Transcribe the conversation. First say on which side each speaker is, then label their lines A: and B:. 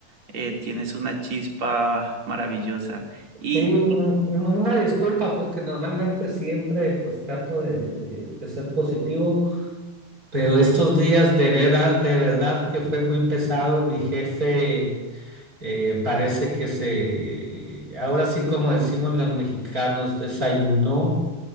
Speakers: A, on the right; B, on the right.
A: eh, tienes una chispa maravillosa. Y,
B: sí, un-
A: y
B: un- una disculpa porque normalmente siempre pues trato de, de de ser positivo. Pero estos días de verdad, de verdad que fue muy pesado. Mi jefe eh, parece que se, ahora sí como decimos los mexicanos, desayunó